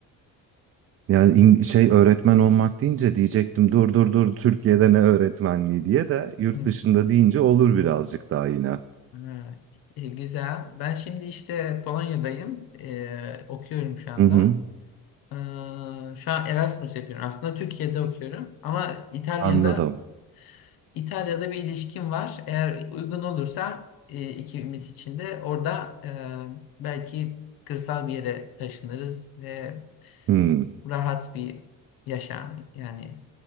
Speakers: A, on the right; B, on the left.
A: Yani in- şey öğretmen olmak deyince diyecektim dur dur dur Türkiye'de ne öğretmenliği diye de yurt
B: Hı.
A: dışında deyince olur birazcık daha yine.
B: Ha, e, güzel. Ben şimdi işte Polonya'dayım. E, okuyorum şu anda.
A: Hı hı.
B: E, şu an Erasmus yapıyorum. Aslında Türkiye'de okuyorum ama İtalya'da
A: Anladım.
B: İtalya'da bir ilişkim var. Eğer uygun olursa e, ikimiz için de orada e, belki kırsal bir yere taşınırız ve
A: Hmm.
B: rahat bir yaşam yani